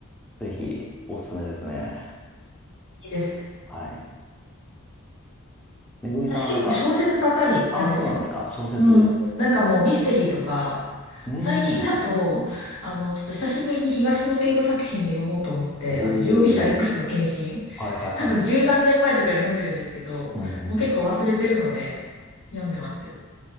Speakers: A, in the centre; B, on the left.
A: ぜひ、おすすめですね。
B: いいですね。
A: はい。めぐみさんはなんか、
B: 私結構小説ばっかりなんですよ。
A: ああ、そうなんですか。小説。
B: うん。なんかもうミステリーとか、
A: うーん。
B: 最近だと、あの、ちょっと久しぶりに東野圭吾作品を読もうと思って、
A: おお。
B: あの、容疑者 X の献身、
A: はいはいは
B: <laughs> 多分十何年前とかに読んでるんですけど、
A: い。うんうん。
B: もう結構忘れてるので、読んでますよ。